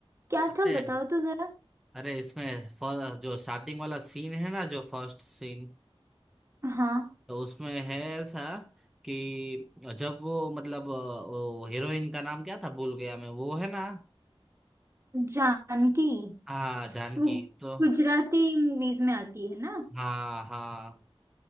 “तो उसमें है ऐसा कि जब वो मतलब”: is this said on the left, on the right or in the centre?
Centre